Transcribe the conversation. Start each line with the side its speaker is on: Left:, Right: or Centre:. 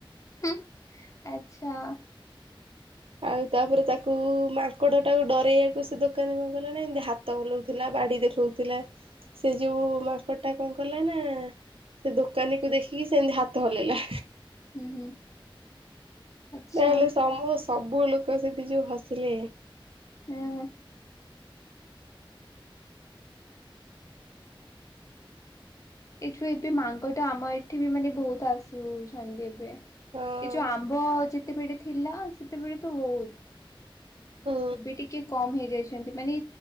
Left: ହୁଁ ଆଛା
Right: ଆଉ ତାପରେ ତାକୁ ମାଙ୍କଡ ଟାକୁ ଡରେଇବାକୁ ସେ ଦୋକାନୀ କଣ କଲା ନା ଏମିତି ହାତ ହଲଉଥିଲା ବାଡ଼ି ଦେଖାଉଥିଲା ସେ ଯଉ ମାଙ୍କଡ଼ ଟା କଣ କଲା ପାନା ସେ ଦୋକାନୀ କୁ ଦେଖିକି ସେମିତି ହାତ ହଲେଇଲା।
Left: ଉଁ ହୁଁ। ଆଚ୍ଛା
Right: ନହେଲେ ସମୁ ସବୁ ଲୋକ ସହିତ ପିଜୁ ହସିଲେ।
Left: ହଁ ଏଇଠୁ ଏବେ ମାଙ୍କଡ ଆମ ଏଠି ବି ମାନେ ବହୁତ ଆସୁଛନ୍ତି ଏବେ ଏ
Right: ହଁ
Left: ଯୋଉ ଆମ୍ବ ଯେତେବେଳେ ଥିଲା ସେତେବେଳେ ତ ବହୁତ
Right: ହୁଁ
Left: ଏବେ ଟିକେ କମ୍ ହେଇଯାଇଛି। ମାନେ